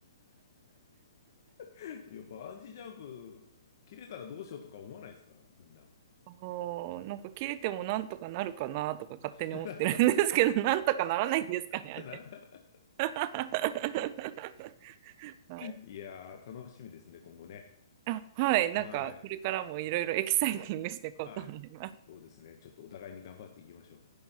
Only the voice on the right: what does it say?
<laughs> おーなんか切れてもなんとかなるかなとか勝手に思ってるんですけど、
<laughs> なんとかならないんですかね、
あれ。<laughs> はい、
あ、はい、なんかこれからもいろいろエキサイティングしていこうと思います。